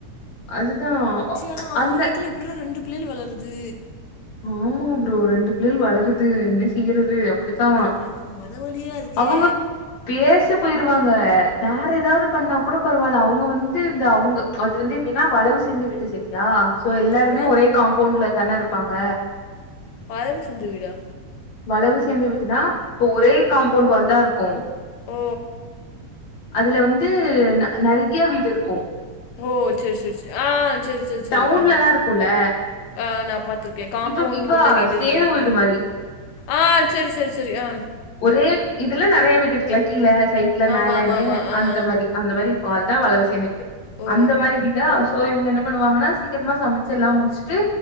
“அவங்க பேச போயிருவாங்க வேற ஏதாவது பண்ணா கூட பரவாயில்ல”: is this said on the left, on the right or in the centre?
Left